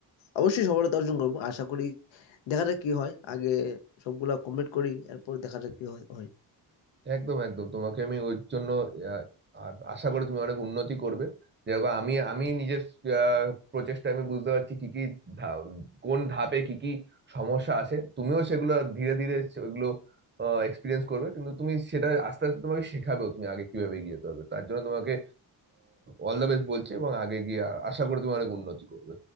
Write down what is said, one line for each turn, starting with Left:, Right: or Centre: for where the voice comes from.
Left: অবশ্যই সফলতা অর্জন করব আশা করি দেখা যাক কি হয় আগে সবগুলা কমপ্লিট করি এরপর দেখা যাক কি হয় হয়
Right: একদম একদম তোমাকে আমি ওই জন্য আহ, আ- আশা করি তুমি অনেক উন্নতি করবে যেরকম আমি আমি নিজের আহ, প্রচেষ্টায় আমি বুঝতে পারছি কি কি ধা- কোন ধাপে কি কি সমস্যা আছে তুমিও সেগুলো ধীরে ধীরে ওইগুলো এক্সপিরিয়েন্স করবে কিন্তু তুমি সেটা আস্তে আস্তে তোমাকে শেখাবেও তুমি আগে কিভাবে এগিয়ে যেতে হবে তার জন্য তোমাকে অল দ্য বেস্ট বলছি এবং আগে গিয়ে আ- আশা করি তুমি অনেক উন্নতি করবে